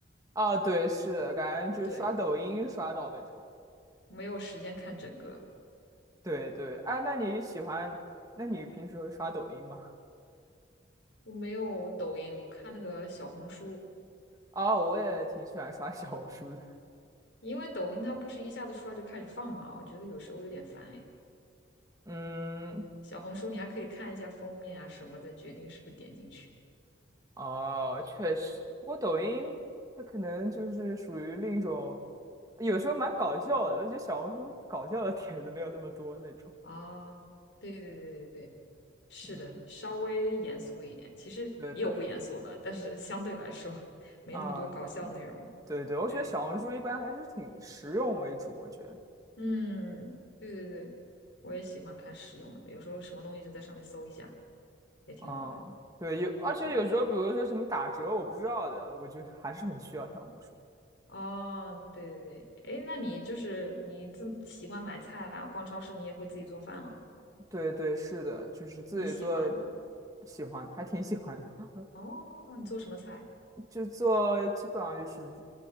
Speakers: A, on the right; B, on the left.
A: 啊，对，是的，感觉就刷抖音刷到那种。
B: 对，没有时间看整个。
A: 对对，哎，那你喜欢？那你平时会刷抖音吗？
B: 我没有抖音，我看那个小红书，
A: 哦，我也挺喜欢刷小红书的。
B: 因为抖音它不是一下子出来就开始放嘛，我觉得有时候有点烦哎。
A: 嗯。
B: 小红书你还可以看一下封面啊什么，再决定是不是点进去。
A: 哦，确实，不过抖音它可能就是属于另一种，有时候蛮搞笑的。我觉得小红书搞笑的帖子没有那么多那种。
B: 啊，对对对对对。是的，
A: 嗯，
B: 稍微严肃一点，其实也有不严肃了，
A: 对对，
B: 但是相对来说没那么多搞笑内容。
A: 啊，对对，我觉得小红书一般还是挺实用为主。
B: 对，
A: 我觉得，
B: 嗯，对对对，我也喜欢看实用的，有时候什么东西就在上面搜一下，也挺好的。
A: 嗯，对，有，而且有时候比如说什么打折我不知道的，
B: 对，
A: 我觉得还是很需要小红书。
B: 哦，对对对，哎，那你就是你自喜欢买菜啊，逛超市你也会自己做饭了？
A: 对对，是的，就是自己做，
B: 你喜欢？
A: 喜欢，还挺喜欢的。
B: 哦，你做什么菜？
A: 就做基本上就是